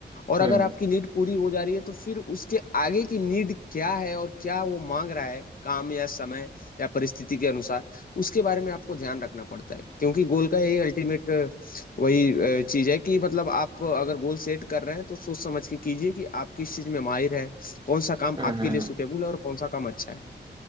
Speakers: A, on the left (about 50°); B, on the right (about 25°).
A: और
B: हम्म
A: अगर आपकी नीड पूरी हो जा रही है तो फिर उसके आगे की नीड क्या है और क्या वो मांग रहा है काम या समय या परिस्थिति के अनुसार उसके बारे में आपको ध्यान रखना पड़ता है क्योंकि गोल का यही अल्टीमेट वही अ, चीज है कि मतलब आप अगर गोल सेट कर रहे हैं तो सोच समझ के कीजिए कि आप किस चीज में माहिर है कौन सा काम
B: हम्म
A: आपके
B: हम्म
A: लिए
B: हम्म
A: सुटेबल है और कौन सा काम अच्छा है